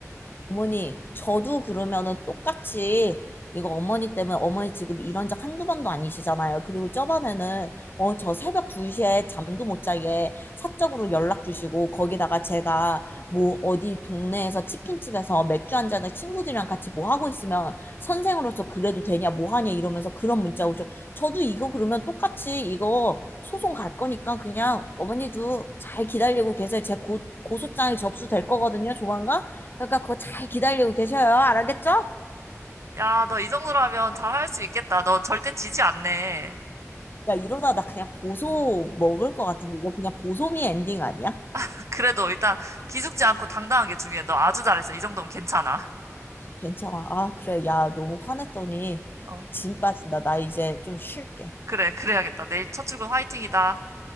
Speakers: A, on the left (about 40°); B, on the right (about 65°).
A: 어머니, 저도 그러면은 똑같이 이거 어머니 때문에 어머니 지금 이런 적 한두 번도 아니시잖아요. 그리고 저번에는 어, 저 새벽 2시에 잠도 못 자게 사적으로 연락 주시고 거기다가 제가 뭐 어디 동네에서 치킨집에서 맥주 한 잔에 친구들이랑 같이 뭐 하고 있으면 선생으로서 그래도 되냐 뭐 하냐 이러면서 그런 문자 오죠. 저도 이거 그러면 똑같이 이거 소송 갈 거니까 그냥 어머니도 잘 기다리고 계세요. 제 고, 고소장이 접수될 거거든요. 조만간. 그러니까 그거 잘 기다리고 계셔요. 알겠죠?
B: 야, 너 이 정도라면 잘할 수 있겠다. 너 절대 지지 않네.
A: 야, 이러다 나 그냥 고소 먹을 것 같은데 이거 그냥 고소미 엔딩 아니야?
B: <laughs> 그래도 일단 기죽지 않고 당당한 게 중요해. 너 아주 잘했어. 이 정도면 괜찮아.
A: 괜찮아. 아, 그래. 야, 너무 화냈더니
B: 어,
A: 진 빠진다. 나 이제 좀 쉴게.
B: 그래, 그래야겠다. 내일 첫 출근 화이팅이다.